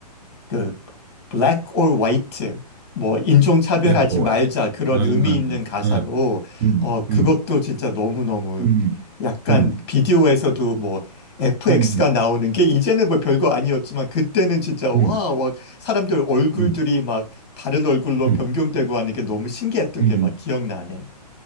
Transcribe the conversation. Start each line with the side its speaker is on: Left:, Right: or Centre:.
Left: 그 black or white 뭐 인종 차별하지
Right: 블랙 오
Left: 말자
Right: 화이트.
Left: 그런
Right: 아, 아,
Left: 의미 있는 가사로
Right: 아, 음,
Left: 어 그것도
Right: 음,
Left: 진짜 너무너무
Right: 음,
Left: 약간
Right: 음,
Left: 비디오에서도 뭐 FX가
Right: 음, 음,
Left: 나오는 게 이제는 뭐 별거 아니었지만 그때는 진짜 와,
Right: 음,
Left: 와 사람들 얼굴들이
Right: 음,
Left: 막 다른 얼굴로
Right: 음,
Left: 변경되고 하는 게 너무 신기했던
Right: 음, 음,
Left: 게 막 기억나네.